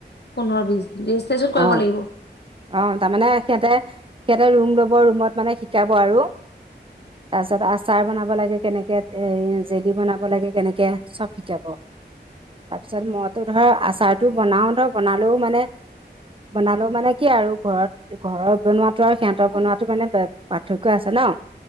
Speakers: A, on the left; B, on the right.
A: পোন্ধৰ বিশ দিন ৰেজিষ্ট্ৰেচন কৰিব
B: অ
A: লাগিব
B: অ তাৰমানে সিহঁতে সি- এটা ৰুম ল'ব ৰুমত মানে শিকাব আৰু তাৰপিছত আচাৰ বনাব লাগে। কেনেকে এ জেলি বনাব লাগে কেনেকে চব শিকাব তাৰপিছত মদ ত ধৰ আচাৰটো বনাও ধৰ বনালেও মানে বনালেও মানে। কিয়া আৰু ঘৰত ঘৰত বনোৱাটো আৰু সিহঁতৰ বনোৱাটো মানে পাৰ্থক্য আছে ন-